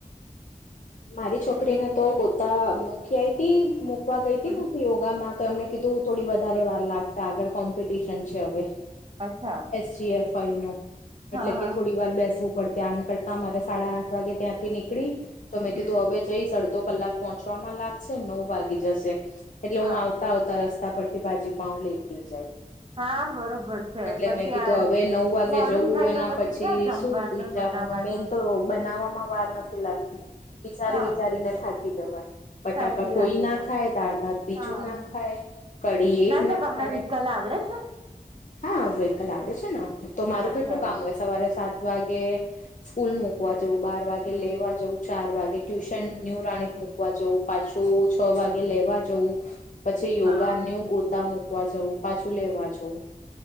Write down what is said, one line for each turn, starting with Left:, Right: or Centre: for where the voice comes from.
Left: મારી છોકરીને તો ગોતા મૂકી આઈ તી મૂકવા ગઈ હતી
Right: હમ.
Left: ને યોગા માં. તો એમને કીધું થોડી વધારે વાર લાગશે આગળ કોમ્પિટિશન છે હવે.
Right: અચ્છા.
Left: જી એફ વાઇ નો
Right: હા
Left: એટલે
Right: હા.
Left: કે થોડી વાર બેસવું પડશે આમ કર. ના મારે સાડા આઠ વાગે ત્યાંથી નીકળી તો મે
Right: હમ.
Left: કીધું હવે. જઈ અડધો કલાક પહોંચવામાં લાગશે નવ વાગી જશે. એટલે
Right: હા
Left: હું આવતા આવતા રસ્તા પરથી ભાજી પાઉ લેતી જાય.
Right: હા બરોબર છે
Left: એટલે
Right: પછી
Left: મેં કીધું
Right: આ
Left: હવે નવ વાગે
Right: મોડું
Left: જવું
Right: થાય
Left: એના
Right: તો
Left: પછી
Right: ક્યાં જમવાનું
Left: શું વિચારવાનું
Right: બનાવાનું
Left: મેન. તો બનાવવામાં વાર નથી લાગતી વિચારી
Right: હા
Left: વિચારીને થાકી જવાય. બટાકા
Right: સાચી
Left: કોઈ
Right: વાત
Left: ના
Right: છે.
Left: ખાય દાળ ભાત બીજું
Right: હા
Left: ના ખાય કઢી એક
Right: તો
Left: ના
Right: તમને
Left: ખાય
Right: વિકલ આવડે છે
Left: હા વેકલ આવડે છે ને તો મારું
Right: અચ્છા
Left: કેટલું કામ
Right: એવું
Left: હોય
Right: છે
Left: સવારે સાત વાગે સ્કૂલ મુૂકવા જવું બાર વાગે
Right: હમ
Left: લેવા જવું. ચાર વાગે ટ્યુશન ન્યુ રાણી મુકવા જવું પાછું છ વાગે લેવા જવું. પછી યોગા
Right: હા
Left: ન્યુ ગોતા મૂકવા જવું પાછું લેવા જવું.